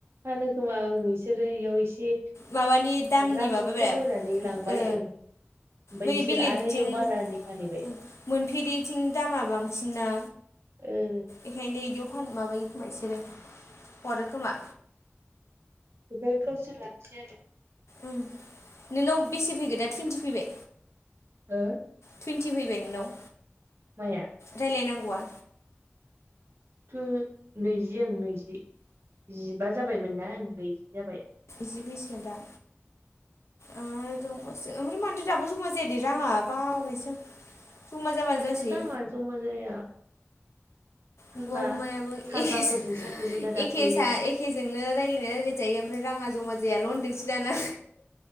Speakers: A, on the right; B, on the left.
A: फानो खोमा ओं इसोरो इयाव एसे
B: माबानि दामनि
A: रांखौ
B: माबाया
A: खम होनानै इ लांबाय
B: ओ
A: ओं। ओमफ्राय
B: बै
A: इसोर
B: बेलेगथिं
A: आरो इयाव बारानि
B: ओ
A: फानहैबाय
B: मोनफेरिथिं दामा बांसिनना।
A: ओ।
B: एखायनो इदियाव फान माबायो खोमा इसोरो हरोखोमा।
A: ओमफाय गावसोर लांसै आरो।
B: उम नोंनाव बेसे फैगो दा टुइन्टि फैबाय?
A: हो?
B: टुइेन्टि फैबाय नोंनाव?
A: माया?
B: रायलायनांगौआ?
A: थु नैजि ओं नैजि जिबा जाबायमोन ना ओं नैजि जाबाय।
B: नैजि फैसिगोन दां। ओ दंबासो ओमफ्राय मानो दाबो जमा जाया दे राङा बावबायसो आं। जमा जाबानो
A: जानो
B: जासै
A: राङा जमा जाया। होनबा
B: नुवाबो मायाबो
A: सानबाफोरजों
B: एखे सो
A: साफ्रोमोना दाख्लैयो
B: एखे सा ए खेजोंनो रायलायनाया रायलायजायो ओमफ्राय राङा जमा जायाल' होनथोंसै दाना।